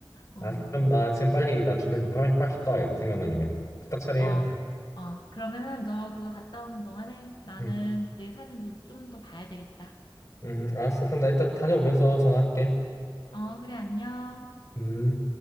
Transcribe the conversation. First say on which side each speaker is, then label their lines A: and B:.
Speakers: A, on the left; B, on the left.
A: 어.
B: 아, 그럼 나 지금 빨리, 나 준비해서 빨리, 빨리 갔다 와야겠다. 생각난 김에. 후딱 처리해야
A: 어.
B: 돼.
A: 어. 그러면은 너 그거 갔다 오는 동안에 나는
B: 응,
A: 내 사진 좀, 좀 더 봐야 되겠다.
B: 응, 알았어. 그럼 나 이따 다녀오면서 전화할게.
A: 어, 그래, 안녕.
B: 음.